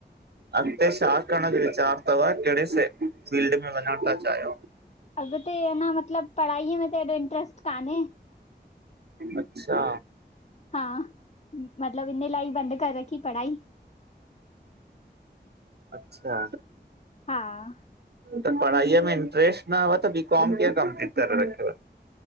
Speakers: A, on the right; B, on the left.
A: अॻते छा करण जो विचार अथव केहिड़े से फील्ड में वञण था चाहिय?
B: अॻते अञा मतलब पढ़ाई हीअं में त हेॾो इंट्र्स्ट कान्हे।
A: अच्छा।
B: हा मतलब हिन लाई बंद करे रखी पढ़ाई।
A: अच्छा
B: हां --
A: त पढ़ाईअ में इंट्रेस्ट न हुव त बी कॉम कीअं कंपलीट करे रखियो?